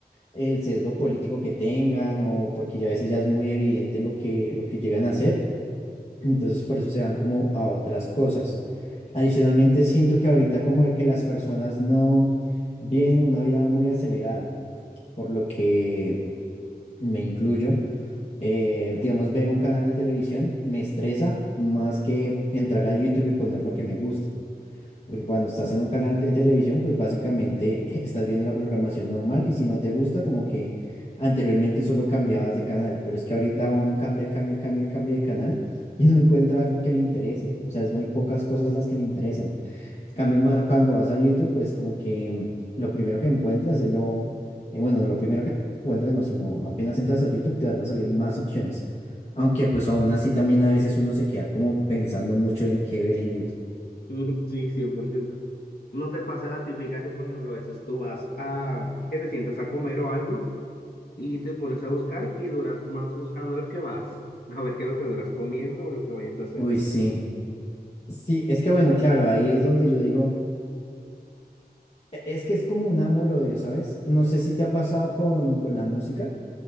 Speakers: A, on the left; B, on the left.
A: el sesgo político que tengan o porque ya a veces ya es muy evidente lo que, lo que llegan a hacer. Entonces por eso se van como a otras cosas. Adicionalmente siento que ahorita como el que las personas no viven una vida muy acelerada, por lo que me incluyo eh, digamos, ver un canal de televisión me estresa más que entrar a YouTube y poner lo que me gusta. Porque cuando estás en un canal de televisión, pues básicamente <laughs> estás viendo la programación normal y si no te gusta, como que anteriormente solo cambiabas de canal, pero es que ahorita uno cambia, cambia, cambia, cambia de canal y no encuentra algo que le interese. O sea, es muy pocas cosas las que le interesan. En cambio, ma- cuando vas a YouTube, pues como que mm, lo primero que encuentras es lo, eh, bueno, no lo primero que encuentras no, sino apenas entras a YouTube te van a salir más opciones. Aunque pues aún así también a veces uno se queda como pensando mucho en qué ver en YouTube.
B: Mm, Sí, 100%. ¿No te pasa la típica que, por ejemplo, a veces tú vas a, que te sientas a comer o algo y te pones a buscar y duras más buscando lo que vas, a ver qué es lo que duras comiendo o lo que vayas a hacer?
A: Uy, sí. Sí, es que bueno, claro, ahí es donde yo digo, e- es que es como un amor-odio, ¿sabes? No sé si te ha pasado con, con la música,